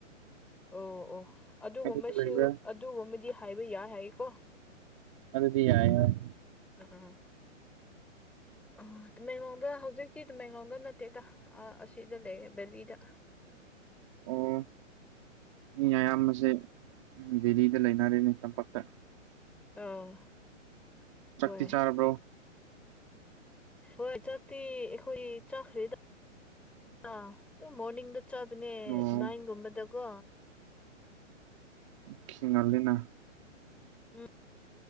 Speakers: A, in the centre; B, on the right.
A: ꯑꯣ ꯑꯣ ꯑꯗꯨꯒꯨꯝꯁꯨ
B: ꯑꯗꯨꯗ ꯂꯩꯕ꯭ꯔꯥ
A: ꯑꯠ__ ꯑꯗꯨꯒꯨꯝꯕꯗꯤ ꯍꯥꯏꯕ ꯌꯥꯏ ꯍꯥꯏꯌꯦꯀꯣ
B: ꯑꯗꯨꯗꯤ ꯌꯥꯏ ꯍꯣꯏ
A: ꯑꯍ ꯑ ꯇꯃꯦꯡꯂꯣꯡꯗ ꯍꯧꯖꯤꯛ ꯇꯤ ꯇꯃꯦꯡꯂꯣꯡꯗ ꯅꯠꯇꯦꯗ ꯑꯥ ꯑꯁꯤꯗ ꯂꯩꯌꯦ ꯕꯦꯂꯤꯗ
B: ꯑꯣ ꯃꯤ ꯑꯌꯥꯝꯕꯁꯦ ꯗꯦꯂꯤꯗ ꯂꯩꯅꯔꯦꯅꯦ ꯇꯝꯄꯥꯛꯇ
A: ꯑꯥ
B: ꯆꯥꯛꯇꯤ
A: ꯍꯣꯏ
B: ꯆꯥꯔꯕ꯭ꯔꯣ
A: ꯍꯣꯏ ꯆꯥꯛꯇꯤ ꯑꯩꯈꯣꯏ ꯆꯥꯈ꯭ꯔꯦ ꯗ ꯗꯥ ꯑꯗꯨꯝ ꯃꯣꯔꯅꯤꯡꯗ ꯆꯥꯕꯅꯦ
B: ꯑꯣ
A: ꯅꯥꯏꯟꯒꯨꯝꯕꯗꯀꯣ
B: ꯑꯣꯈꯦ ꯉꯜꯂꯤꯅ
A: ꯎꯝ